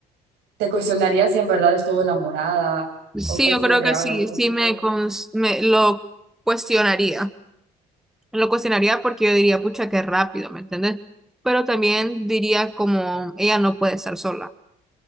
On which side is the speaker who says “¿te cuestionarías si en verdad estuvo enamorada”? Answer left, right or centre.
Right